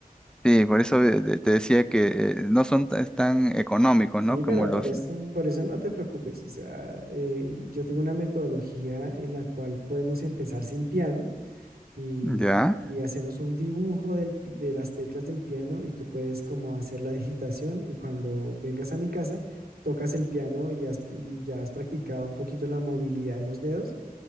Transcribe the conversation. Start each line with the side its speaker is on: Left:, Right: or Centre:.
Centre: Sí, por eso eh, te te decía que eh, no son tan tan económicos,
Right: Sí,
Centre: ¿no? Como
Right: pero
Centre: los...
Right: por eso, por eso no te preocupes. O sea, eh, yo tengo una metodología en la cual podemos empezar sin piano y,
Centre: Ya.
Right: y hacemos un dibujo del pi- de las teclas del piano y tú puedes como hacer la digitación y cuando vengas a mi casa tocas el piano y, has- y ya has practicado un poquito la movilidad en los dedos